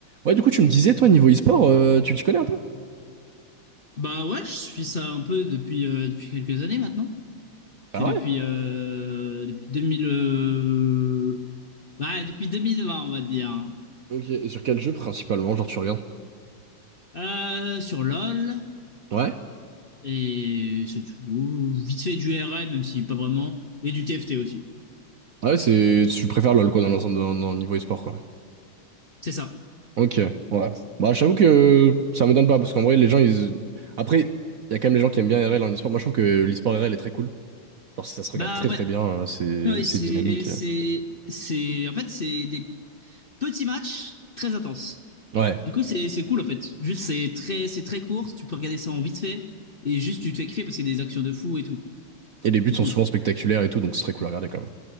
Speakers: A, on the right; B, on the left.
A: Ouais, du coup, tu me disais, toi, niveau e-sport, euh, tu t'y connais un peu?
B: Bah ouais, je suis ça un peu depuis, euh, depuis quelques années maintenant. Ça
A: Ah
B: fait depuis,
A: ouais?
B: euh, depuis 2000... euh, bah, depuis deux mille vingt on va dire. hein.
A: Ok, et sur quel jeu principalement, genre tu regardes?
B: Euh, sur LoL,
A: Ouais?
B: et c'est tout. Vite fait du r l même si pas vraiment. Et du TFT aussi.
A: Ouais, c'est. Tu préfères LoL quoi dans l'ensemble dans, dans le niveau e-sport quoi.
B: C'est ça.
A: Ok, ouais. Bah j'avoue que ça me donne pas, parce qu'en vrai les gens ils. Après, il y a quand même les gens qui aiment bien RL en e-sport. Moi je trouve que l'e-sport RL est très cool. Genre ça se regarde
B: Bah
A: très
B: ouais.
A: très bien, euh, c'est
B: Ouais,
A: c'est
B: c'est,
A: dynamique.
B: c'est,
A: euh.
B: c'est, en fait, c'est des petits matchs très intenses.
A: Ouais.
B: Du coup, c'est, c'est cool, en fait. Juste, c'est très, c'est très court. Tu peux regarder ça en vite fait. Et juste, tu te fais kiffer parce qu'il y a des actions de fou et tout.
A: Et les buts
B: C'est
A: sont
B: cool.
A: souvent spectaculaires et tout, donc c'est très cool à regarder quand même.